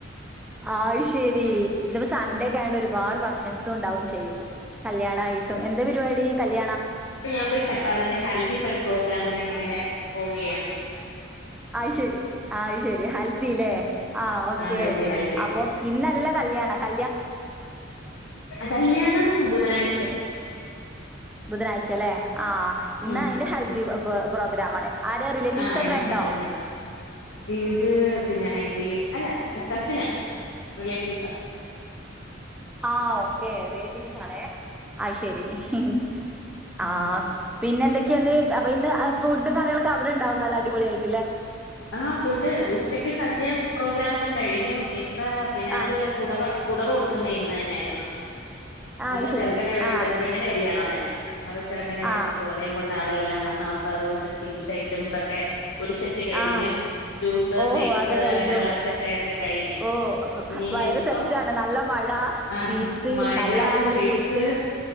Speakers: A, in the centre; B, on the left.
A: ആ ശെരി ഇന്ന്പ്പോ സഡേൊക്ക ആയൊണ്ട് ഒരുപാട് ഭ സും ഉണ്ടാവും ചെയ്യും കല്യാണായിട്ടും എന്താ പരിപാടി കല്ല
B: ഞങ്ങക്കൊരു കൽ അപ്പ അതിന്റെ ഹെൽദി പ്രിപ്രോഗ്രാമിലായിട്ട് ഇങ്ങനെ പോവുകയാണ്
A: അ ശരി ആ ശരി ഹൽദില്ലേ ആ ഓക്കെ
B: ഹൽദി ഹൽദി
A: അപ്പം ഇന്നല്ല കല്യാണം ക
B: കല്യാണം ബുധനാഴ്ച
A: ബുധനാഴ്ചല്ലേ ആ ഇന്ന്
B: ഉം
A: അതിന്റെ ഹെൽദി പ്രോഗ്രാമാണ് ആരാ റിലേറ്റീവ്സോ
B: ആ ഇന്ന്
A: ഫ്രണ്ടോ
B: ഹൽദി കല്യാണം. ഇത് പിന്നൊണെങ്കി അല്ല കസിനാ റിലേറ്റീവ്സാ
A: ആഹ് ഓക്കേ റിലേറ്റീവ്സ് ആണ് ആ ശരി <unintelligible> ആ
B: ഉം
A: പിന്നെ എന്തൊക്കെന്ന് അപ്പ ഇന്ന് ഫുഡും കാര്യങ്ങളൊക്കെ അവിടെണ്ടാവും നല്ല അടിപൊളായിയി
B: ആ ഫുഡ് ഉച്ചക്ക് സദ്യാ പ്രോഗ്രാം ഒക്കെ കഴിഞ്ഞു ഹെ പിന്നെ
A: ആഹ്
B: അതുപോലെ പുടവ പുടവ കൊടുക്കുന്ന ഇന്ന് തന്നെയായിരുന്നു
A: ആഹ്
B: അപ്പൊ
A: അത് ശരി.
B: ചെറുക്കന്റെ വീട്ടിന്ന്
A: ആഹ്
B: പെണ്ണിന്റെ കല്യാണ ഞങ്ങളെ അപ്പൊ ചെറുക്കന്റെ വീട്ടിന്ന്
A: ആഹ്
B: പുടവയും കൊ അപ്പോ ചിപ്സ് ഐറ്റംസ് ഒക്കെ സെറ്റ് കഴിഞ്ഞ്
A: ആ
B: ജ്യൂസ്
A: ഓഹോ
B: സ്വീറ്റ്സ്
A: അക്കെ കഴിഞ്ഞോ
B: അങ്ങനെയുള്ള സെറ്റ് ആയിട്ട് കഴിഞ്ഞ്
A: ഓ
B: ഇനി
A: വയറ്
B: ഇപ്പം
A: സെറ്റാണ് നല്ല മഴ
B: ആഹ്
A: സ്വീറ്റ്സ്
B: മഴ
A: നല്ല അടിപൊളി
B: സ്വീറ്റ്സ്
A: ഫുഡ്